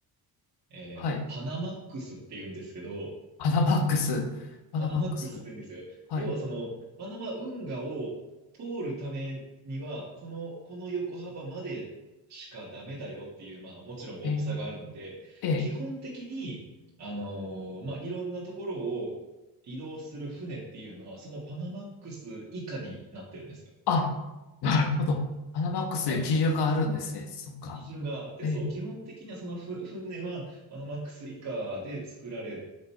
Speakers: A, on the right; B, on the left.
A: えーパナマックスって言うんですけど、
B: はい。パナマックス。パナマックス。
A: パナマックスって言うんですよ。
B: はい。
A: 要はその、パナマ運河を通るためには、この、この横幅までしかダメだよっていう、まあ、もちろん大きさがあるんで、
B: ええ
A: 基本的に、あのーまあ、いろんなところを移動する船っていうのは、そのパナマックス以下になってるんですよ。
B: あ、なるほど。パナマックスという基準があるんですね。
A: はい。
B: そっか。
A: 基準があって、
B: え
A: そう、基本的にはそのふ船はパナマックス以下で作られ